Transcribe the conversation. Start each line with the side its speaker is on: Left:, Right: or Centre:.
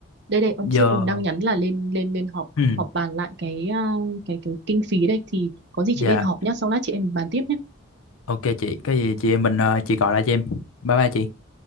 Right: đây đây ông
Left: Giờ,
Right: sếp ông đang nhắn là lên lên lên họp
Left: ừ,
Right: họp bàn lại cái à, cái cái kinh phí đây thì có gì
Left: dạ,
Right: chị lên họp nhá sau lát chị em mình bàn tiếp nhá
Left: ok chị, cái gì chị em mình ờ, chị gọi lại cho em. Bye bye chị.